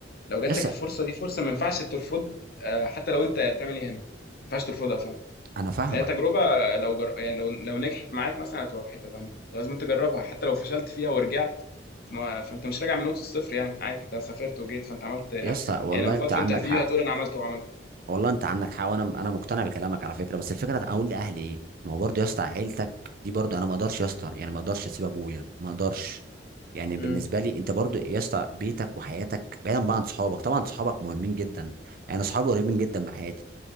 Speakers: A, on the left; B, on the right.
A: لو جات
B: يا اسطى
A: لك الفرصه دي فرصه ما ينفعش ترفض آه، حتى لو انت بتعمل ايه هم ما ينفعش ترفضها فاهم
B: انا فاهمك
A: لان هي تجربه لو جر... يعني لو لو نجحت معاك مثلا هتبقى في حته تانيه فلازم تجربها حتى لو فشلت فيها ورجعت فما... فانت مش راجع من نقطه الصفر يعني عادي انت سافرت وجيت فانت عملت <laughs> يعني
B: يا اسطى والله
A: لما
B: انت
A: تقعد في
B: عندك
A: انترفيو
B: حق
A: هتقول انا عملت وعملت
B: والله انت عندك حق وانا انا مقتنع بكلامك على فكره بس الفكره اقول لاهلي ايه ما هو برضه يا اسطى عيلتك دي برضه انا ما اقدرش يا اسطى يعني ما اقدرش اسيب ابويا ما اقدرش يعني بالنسبه
A: امم
B: لي انت برضه يا اسطى بيتك وحياتك بعيدا بقى عن صحابك طبعا صحابك مهمين جدا يعني اصحابي قريبين جدا من حياتي